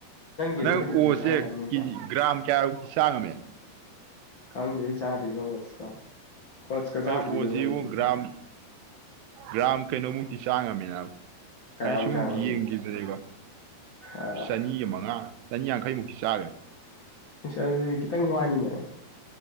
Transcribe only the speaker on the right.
ꯅꯪ
ꯑꯣꯁꯦ
ꯀꯦꯖꯤ ꯒ꯭ꯔꯥꯝ ꯀꯌꯥꯃꯨꯛꯇꯤ ꯁꯥꯡꯉꯝꯃꯦ
ꯑꯩ ꯑꯣꯁꯤꯕꯨ
ꯒ꯭ꯔꯥꯝ ꯒ꯭ꯔꯥꯝ ꯀꯩꯅꯣꯃꯨꯛꯇꯤ ꯆꯥꯡꯉꯝꯃꯤꯅ
ꯑꯩꯅ ꯁꯨꯝ
ꯌꯦꯡꯈꯤꯕꯗꯨꯅꯦꯀꯣ
ꯆꯅꯤ ꯃꯉꯥ ꯆꯅꯤꯌꯥꯡꯈꯩꯃꯨꯛꯤ ꯆꯥꯔꯦ